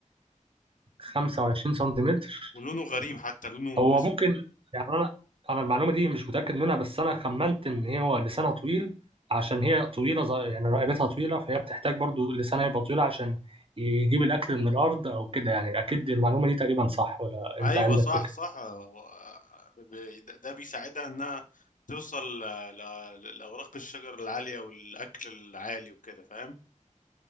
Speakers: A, on the right; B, on the left.
A: 25
B: آه،
A: سنتيمتر
B: ولونه غريب حتى لونه
A: هو
B: اسود
A: ممكن يعني أنا أنا المعلومة دي مش متأكد منها بس أنا خمنت إن هي هو لسانها طويل عشان هي طويلة ز- يعني رقبتها طويلة فهي بتحتاج برضو لسانها يبقى طويل عشان يجيب الأكل من الأرض أو كده يعني أكيد المعلومة دي تقريبا صح ولا
B: ايوه
A: أنت عندك
B: صح
A: فكرة؟
B: صح آه، و- آه، ب- ده ده بيساعدها انها توصل ل- ل- لاوراق الشجر العاليه والاكل العالي وكده فاهم